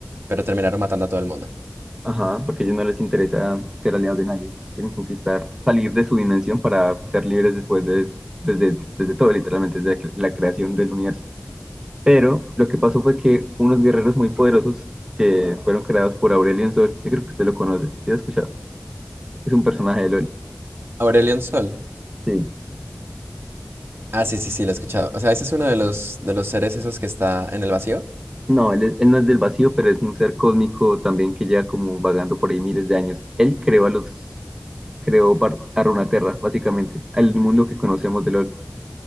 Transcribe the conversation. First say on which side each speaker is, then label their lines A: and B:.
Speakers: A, on the right (about 80°); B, on the right (about 15°).
A: pero terminaron matando a todo el mundo.
B: Ajá, porque a ellos no les interesa ser aliados de nadie. Quieren conquistar, salir de su dimensión para ser libres después de, desde, desde todo, literalmente, desde la creación del universo. Pero lo que pasó fue que unos guerreros muy poderosos que fueron creados por Aurelion Sol, yo creo que usted lo conoce, ¿sí lo ha escuchado? Es un personaje de LOL.
A: Aurelion Sol.
B: Sí.
A: Ah, sí, sí, sí, lo he escuchado. O sea, ese es uno de los, de los seres esos que está en el vacío.
B: No, él, es- él no es del vacío, pero es un ser cósmico también que lleva como vagando por ahí miles de años. Él creó a los, creó par- a Runaterra, básicamente, al mundo que conocemos de LOL.